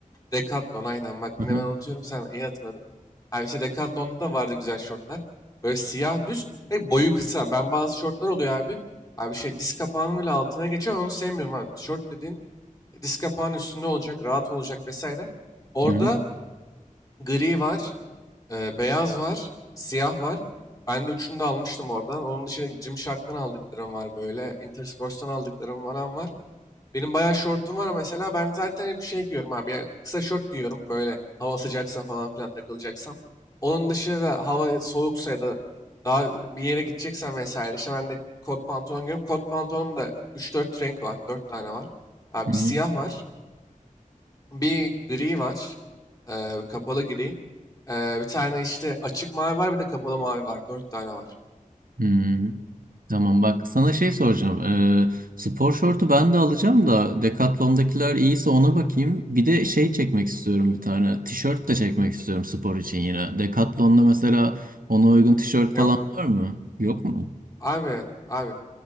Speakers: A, on the left (about 25°); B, on the right (about 85°).
A: Decathlon aynen. Bak
B: <laughs>
A: yine ben unutuyorum. Sen iyi hatırladın. Abi işte Decathlon'da da vardı güzel şortlar. Böyle siyah düz ve boyu kısa. Ben bazı şortlar oluyor abi. Abi şey diz kapağının bile altına geçiyor. Onu sevmiyorum abi. Şort dediğin disk kapağının üstünde olacak, rahat olacak vesaire. Orada
B: Hı hı,
A: gri var, e, beyaz var, siyah var. Ben de üçünü de almıştım oradan. Onun dışında Gymshark'tan aldıklarım var böyle. Intersports'tan aldıklarım varan var. Benim bayağı şortum var ama mesela ben zaten hep şey giyiyorum abi. Ya kısa şort giyiyorum böyle hava sıcaksa falan filan takılacaksam. Onun dışında hava soğuksa ya da daha bir yere gideceksen vesaire İşte ben de kot pantolon giyiyorum. Kot pantolonum da üç dört renk var. dört tane var. Abi
B: hı hı,
A: bir siyah var. Bir gri var. Ee, kapalı gri. Ee, bir tane işte açık mavi var bir de kapalı mavi var. Dört tane var.
B: hı hı. Tamam bak sana şey soracağım. Ee, spor şortu ben de alacağım da Decathlon'dakiler iyiyse ona bakayım. Bir de şey çekmek istiyorum bir tane. Tişört de çekmek istiyorum spor için yine. Decathlon'da mesela ona uygun tişört falan
A: Yok.
B: var mı? Yok mu?
A: Abi, abi.